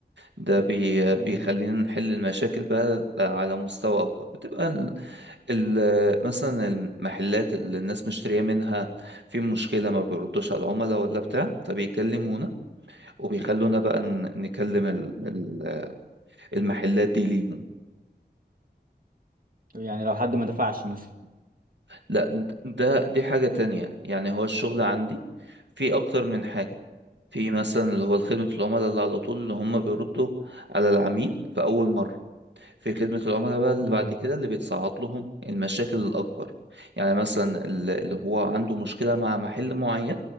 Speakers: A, on the right (about 80°); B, on the right (about 50°).
A: ده بي
B: مم.
A: بيخلينا نحل المشاكل بقى على مستوى أكبر بتبقى ال- مثلا المحلات اللي الناس مشترية منها في مشكلة ما بيردوش على العملاء ولا بتاع فبيكلمونا وبيخلونا بقى ن- نكلم ال-
B: مم.
A: ال- المحلات دي ليهم
B: يعني لو حد ما دفعش مثلا
A: لا ده دي حاجة تانية يعني هو الشغل عندي في أكتر من حاجة في مثلا اللي هو خدمة العملاء اللي على طول اللي هم بيردوا على العميل في أول مرة في خدمة العملاء بقى اللي
B: مم.
A: بعد كده اللي بيتصعد لهم المشاكل الأكبر يعني مثلا ال- اللي هو عنده مشكلة مع محل معين